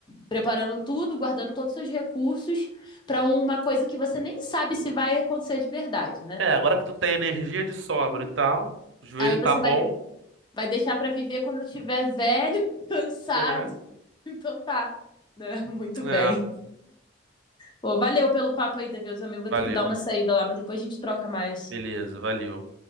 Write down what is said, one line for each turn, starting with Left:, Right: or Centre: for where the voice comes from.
Left: preparando tudo, guardando todos os seus recursos pra uma coisa que você nem sabe se vai acontecer de verdade, né?
Right: É, agora que tu tem energia de sobra
Left: Hum.
Right: e tal, o joelho
Left: Aí você
Right: tá bom,
Left: vai, vai deixar pra viver quando tiver velho, <laughs> cansado
Right: é,
Left: <laughs> Então tá. Né? <laughs> Muito
Right: é,
Left: bem. Pô, valeu pelo papo aí, Deus, amigo. Vou
Right: valeu,
Left: ter que dar uma saída lá, mas depois a gente troca mais.
Right: beleza, valeu.